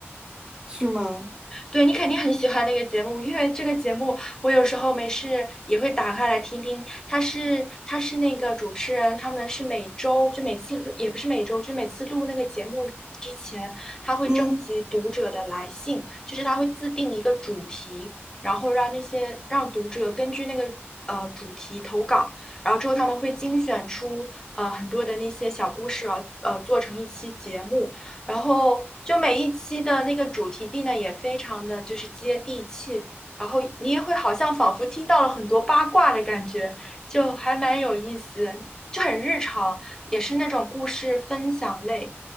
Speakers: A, on the right; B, on the left.
A: 是吗？
B: 对，你肯定很喜欢那个节目，因为这个节目我有时候没事也会打开来听听。他是他是那个主持人，他们是每周就每次录也不是每周，就每次录那个节目之前，他会征集读者的来信，
A: 嗯，
B: 就是他会自定一个主题，然后让那些让读者根据那个呃主题投稿，然后之后他们会精选出呃很多的那些小故事啊，呃做成一期节目。然后就每一期的那个主题定的也非常的就是接地气，然后你也会好像仿佛听到了很多八卦的感觉，就还蛮有意思，就很日常，也是那种故事分享类，